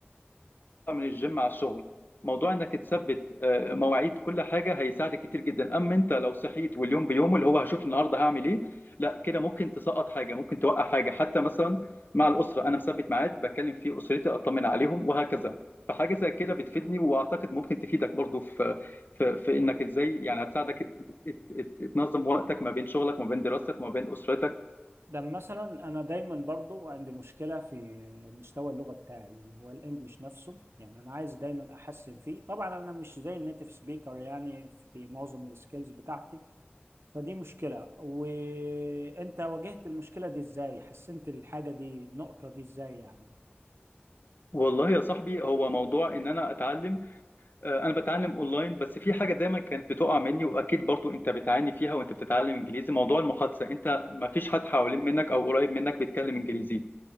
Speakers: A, on the left (about 55°); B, on the right (about 85°).
A: من الجيم على الشغل موضوع انك تثبت آه، مواعيد كل حاجه هيساعدك كتير جدا اما انت لو صحيت واليوم بيومه اللي هو هشوف النهارده هعمل ايه لا كده ممكن تسقط حاجه ممكن توقع حاجه حتى مثلا مع الاسره انا مثبت ميعاد بكلم فيه اسرتي اطمن عليهم وهكذا فحاجه زي كده بتفيدني واعتقد ممكن تفيدك برضو في في, في انك ازاي يعني هتساعدك ت- ت- تنظم وقتك ما بين شغلك ما بين دراستك ما بين اسرتك
B: ده مثلا انا دايما برضو عندي مشكله في مستوى اللغه بتاعي اللي هو الانجليش نفسه يعني انا عايز دايما احسن فيه طبعا انا مش زي النيتيف سبيكر يعني في معظم السكيلز بتاعتي فدي مشكلة وانت واجهت المشكلة دي ازاي حسنت الحاجة دي النقطة دي ازاي يعني
A: والله يا صاحبي هو موضوع ان انا اتعلم آه، انا بتعلم اونلاين بس في حاجه دايما كانت بتقع مني واكيد برضو انت بتعاني فيها وانت بتتعلم انجليزي موضوع المحادثه انت ما فيش حد حوالين منك او قريب منك بيتكلم انجليزي